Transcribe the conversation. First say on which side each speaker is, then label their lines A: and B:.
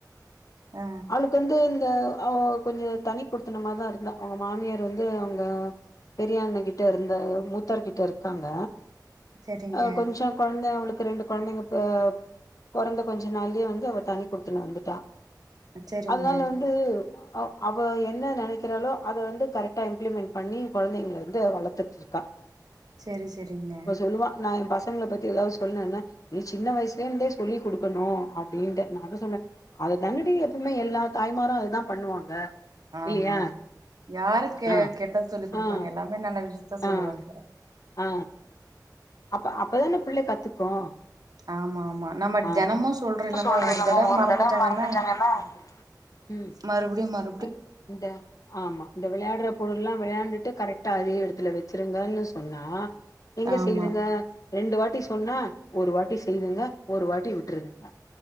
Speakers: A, on the right; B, on the left.
A: ஆ
B: அவளுக்கு வந்து இந்த அவ கொஞ்சோ தனி குடுத்தன மாரிதா இருந்தா அவுங்க மாமியார் வந்து அவுங்க பெரியண்ண கிட்டருந்தாங்க மூத்தார்க்கிட்ட இருக்காங்க
A: சரிங்க
B: அ கொஞ்சோ கொழந்தைங்க அவுளுக்கு ரெண்டு கொழந்தைங்க பொ ப பொறந்த கொஞ்ச நாள்யே வந்து அவ தனி குடுத்துன்னோ வந்துட்டா
A: சரிங்க
B: அதனால வந்து அவ் அவ என்ன நெனைக்கிறாளோ அத வந்து கரெக்டா இம்ப்ளிமெண்ட் பண்ணி கொழந்தைங்கள வந்து வளத்து ட்ருக்கா
A: செரி செரிங்க
B: ல்லுவா நா என் பசங்கள பத்தி எதாவ்து சொல்லேன்ன நீ சின்ன வயசுல இந்தே சொல்லி் குடுக்கணு அப்டின்ட்ட நா அத சொல்ல அதுதானடி எப்பவுமே எல்லா தாய்மாரூ அதுதா பண்ணுவாங்க இல்லையா
A: ஆமா யாரு கெ
B: ஆ
A: கெட்டது சொல்லி் குடுப்பாங்க
B: ஆ
A: எல்லாமே நல்ல விஷித்தா சொல்லுவாங்க
B: ஆ ஆ அப்ப அப்பதான பிள்ள கத்துக்கூ
A: ஆமா ஆமா நம்ம
B: ஆ
A: தெனமு சொல்றோ இல்லமா
B: சொல்றேங்கம்மா ஒரு
A: மறந்துட்டாங்கன்னா
B: தடவ மறந்துட்டாங்கனா ம்
A: மறுபிடியு மறு
B: அ இந்த ஆமா இந்த விளயாடுற பொருள்லா விளையாண்டுட்டு கரெக்டா அதே எடத்துல வெச்சிருங்கன்னு சொன்னா எங்க
A: ஆமா
B: செய்துங்க ரெண்டு வாட்டி சொன்னா ஒரு வாட்டி செய்துங்க ஒரு வாட்டி விட்டுருதுங்க